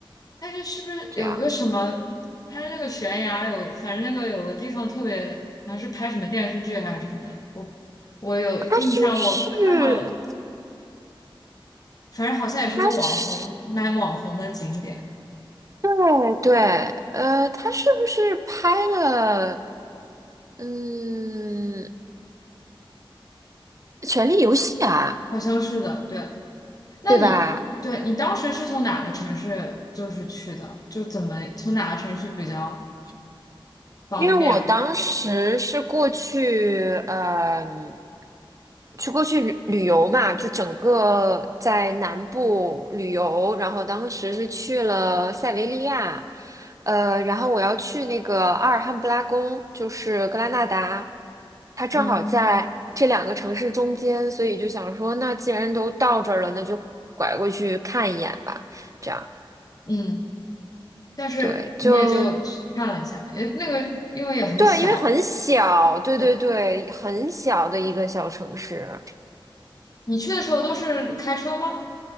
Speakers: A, on the left; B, on the right.
A: 但是是不是有一个什么，
B: 这样。
A: 它是那个悬崖有，反正那个有个地方特别，好像是拍什么电视剧还是什么的，我我有印象，
B: 它是不是？
A: 我看到反正好像也是个网红卖网红的景点，
B: 它是？对，对，呃，它是不是拍了？嗯，《权力游戏》啊？
A: 好像是的。对，那你对你当时是从哪个城市就是去的？
B: 对吧？
A: 就怎么从哪个城市去比较方便？
B: 因为我当时是过去，嗯、去过去旅旅游嘛，就整个在南部旅游，然后当时是去了塞维利亚，呃，然后我要去那个阿尔汉布拉宫，就是格拉纳达，它正好在这两个城市中间，
A: 嗯
B: 所以就想说，那既然都到这儿了，那就拐过去看一眼吧，这样，
A: 嗯，但是你也就看了一下，
B: 对，就。
A: 也那个因为也很小。
B: 对，因为很小，对对对，
A: 对，
B: 很小的一个小城市。
A: 你去的时候都是开车吗？